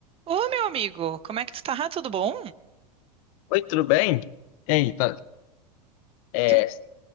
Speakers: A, on the right (about 25°); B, on the left (about 55°).
A: Ô, meu amigo, como é que tu tá? Ah, Tudo bom?
B: Oi, tudo bem? E aí, tá, é,
A: Tu-